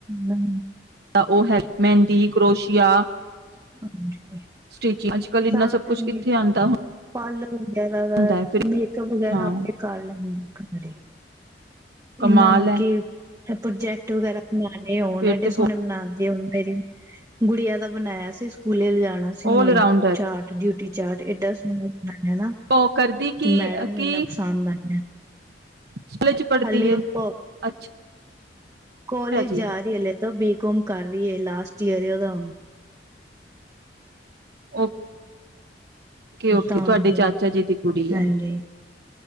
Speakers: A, on the right; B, on the right.
A: ਨਮ
B: ਤਾਂ ਉਹ ਹੈ ਮਹਿੰਦੀ ਕਰੋਸ਼ੀਆ
A: <unintelligible>
B: ਸਟਿਚਿੰਗ ਅੱਜ ਕੱਲ ਇੰਨਾ
A: ਸਾਰਾ
B: ਸਭ
A: ਕੁਛ
B: ਕਿੱਥੇ
A: ਮ
B: ਆਉਂਦਾ
A: ਪਾਰਲਰ ਵਗੈਰਾ
B: ਹੁੰਦਾ
A: ਦਾ
B: ਹੈ ਫਿਰ
A: ਮੇਕਅਪ ਵਗੈਰਾ
B: ਹਾਂ
A: ਆਪੇ ਕਰ ਲੈਂਦੀ ਹਾਂ ਘਰੇ
B: ਕਮਾਲ
A: ਇਹਨਾ ਮਤ
B: ਹੈ
A: ਕੀ ਐ ਪ੍ਰੋਜੈਕਟ ਵਗੈਰਾ ਨਾਲੇ ਉਹਣ
B: ਫਿਰ
A: ਐਡੇ
B: ਤੇ
A: ਸੋਹਣੇ ਬਨਾਤੇ ਉਹਨੂੰ ਮੇਰੀ ਗੁੜੀਆਂ ਦਾ ਬਣਾਇਆ ਸੀ ਸਕੂਲੇ ਲੇ ਜਾਣ ਜਾਣਾ ਸੀ ਉਹਨੇ
B: ਆਲ ਰਾਊਂਡਰ
A: ਚਾਰਟ ਡਿਊ ਵੀ ਚਾਰਟ ਏਡਾ ਸੋਣਾਂ ਪਰ ਹੈਨਾ
B: ਉਹ ਕਰਦੀ ਕਿ
A: ਤੇ ਮੈਡਮ ਨੂੰ
B: ਕੀ
A: ਇੰਨਾ ਪਸੰਦ ਆਇਐ।
B: ਸਕੂਲ ਚ ਪੜ੍ਹਦੀ
A: ਹਲੇ
B: ਏ
A: ਓ ਪ
B: ਅੱਛਾ
A: ਕੋਲੇਜ
B: ਜੀ
A: ਜਾ ਰਹੀ ਹੈ, ਹਲੇ ਤਾਂ ਬੀਕੌਮ ਕਰ ਰਹੀ ਹੈ ਲਾਸਟ ਚਿਹਰਿਆਂ ਦਾ
B: ਓ ਓਕੇ, ਓਕੇ
A: ਤਾਂ
B: ਤੁਹਾਡੇ
A: ਫਿਰ
B: ਚਾਚਾ ਜੀ ਦੀ ਕੁੜੀ
A: ਹਾਂਜੀ
B: ਆ।